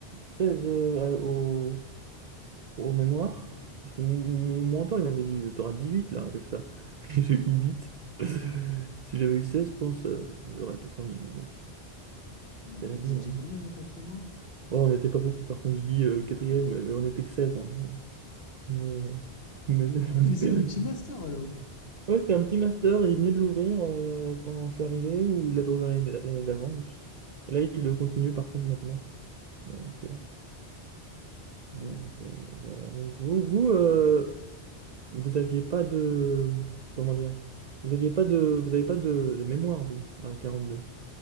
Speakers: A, on the right (about 55°); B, on the left (about 65°).
A: 16 euh, à- au, au mémoire, parce que mon, mon mentor, il m'avait dit, euh, t'auras 18 là avec ça. <laughs> J'ai eu 8. <laughs> Si j'avais eu 16, je pense, euh, j'aurais été premier. Mais bon,
B: mais
A: c'est la
B: vous
A: vie.
B: étiez
A: hein.
B: combien dans ta promo?
A: Ouais, on n'était pas beaucoup, par contre, je dis euh, quatrième, mais, mais on n'était que seize hein. Mais, mais-
B: Ah, ouais,
A: <laughs>
B: mais c'est
A: mais-
B: un petit master alors.
A: Ouais, c'était un petit master, il venait de l'ouvrir euh, quand je suis arrivé, ou il l'avait ouvert l'année l'année d'avant. juste. Et là, il le continue, par contre, maintenant. Donc, euh, donc
B: Hmm.
A: euh, voilà. Mais vous, vous, euh, vous aviez pas de... Comment dire? Vous aviez pas de... Vous avez pas de, de mémoire, vous, à 42.